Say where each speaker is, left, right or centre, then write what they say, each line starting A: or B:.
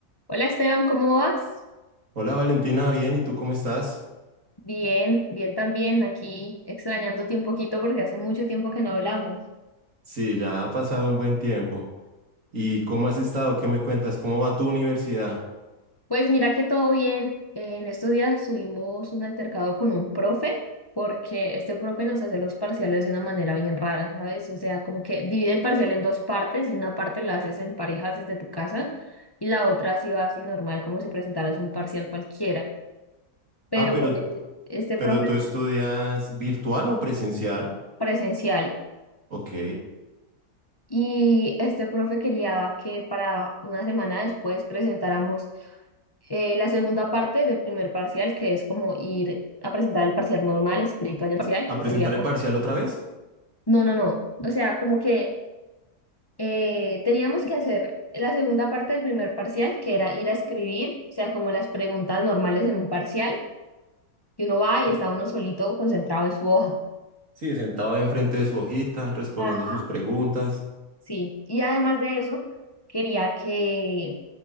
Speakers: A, on the left; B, on the right.
A: Hola Esteban, ¿cómo vas?
B: Hola Valentina, bien, ¿y tú cómo estás?
A: Bien, bien también, aquí extrañándote un poquito porque hace mucho tiempo que no hablamos.
B: Sí, ya ha pasado un buen tiempo. ¿Y cómo has estado? ¿Qué me cuentas? ¿Cómo va tu universidad?
A: Pues mira que todo bien. En estos días tuvimos un altercado con un profe porque este profe nos hace los parciales de una manera bien rara, ¿sabes? O sea, como que divide el parcial en dos partes y una parte la haces en parejas desde tu casa y la otra así vas y normal como si presentaras un parcial cualquiera. Pero
B: Ah, pero,
A: eh, este
B: pero
A: profe
B: ¿tú estudias virtual o presencial?
A: presencial.
B: Ok.
A: Y este profe quería que para una semana después presentáramos eh, la segunda parte del primer parcial, que es como ir a presentar el parcial normal, escrito allá en parcial,
B: ¿A
A: que
B: presentar
A: sería
B: el
A: como,
B: parcial otra vez?
A: no, no, no, o sea, como que eh, teníamos que hacer la segunda parte del primer parcial, que era ir a escribir, o sea, como las preguntas normales en un parcial, y uno va y
B: Ah,
A: está uno solito concentrado en su hoja.
B: Sí, sentado ahí enfrente de su hojita, respondiendo
A: Ajá.
B: sus preguntas.
A: Sí, y además de eso, quería que